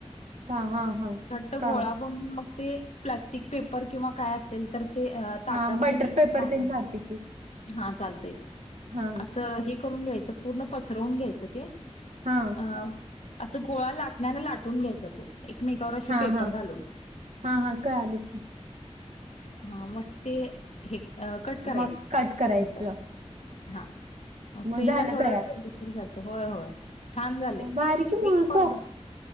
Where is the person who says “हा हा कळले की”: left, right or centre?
Right